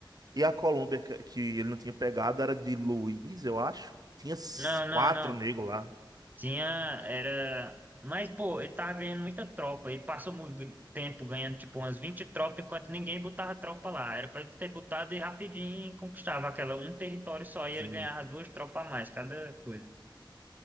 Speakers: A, on the right (about 50°); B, on the right (about 20°).
A: E a Colômbia, que que ele não tinha pegado, era de Luiz, eu acho. Tinha s-
B: não, não,
A: quatro
B: não.
A: negros lá.
B: Tinha, era. Mas, pô, ele tava ganhando muita tropa. Ele passou muito tempo ganhando, tipo, umas 20 tropas, enquanto ninguém botava tropa lá. Era pra ele ter botado e rapidinho conquistava aquela um território só. E
A: Sim.
B: ele ganhava duas tropas a mais, cada coisa.